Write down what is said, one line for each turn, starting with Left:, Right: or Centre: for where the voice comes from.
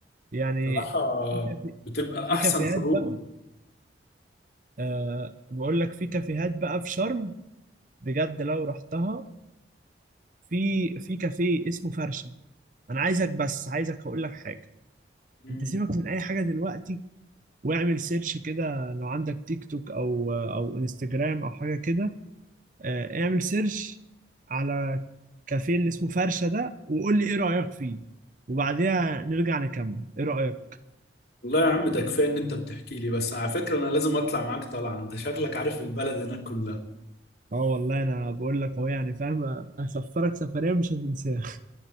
Right: يعني
Left: بصراحه
Right: في كافي
Left: بتبقى
Right: في
Left: احسن
Right: كافيهات
Left: خروجه
Right: بقى أه بقول لك في كافيهات بقى في شرم بجد لو رحتها في في كافيه اسمه فرشه انا عايزك بس عايزك اقول لك حاجه
Left: مم.
Right: انت سيبك من اي حاجه دلوقتي واعمل سيرش كده لو عندك تيك توك او او انستجرام او حاجه كده آه، اعمل سيرش على كافيه اللي اسمه فرشة ده وقول لي ايه رأيك فيه وبعديها نرجع نكمل ايه رأيك
Left: والله يا عم ده كفايه ان انت بتحكي لي بس على فكره انا لازم اطلع معاك طلعه انت شكلك عارف البلد هناك كلها
Right: اه والله انا بقول لك اهو يعني فاهم هسفرك سفرية مش هتنساها